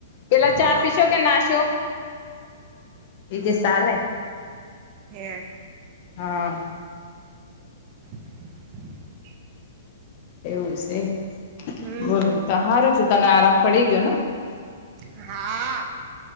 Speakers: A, on the left; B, on the right.
A: પેલા ચા
B: હ
A: પીસો કે નાશો. ઇ કે ચા લાય
B: હે
A: હા
B: <inaudible>
A: એવું છે
B: હમ
A: બોલો તો હારું થયું તને આરામ પડી ગયો ને
B: હા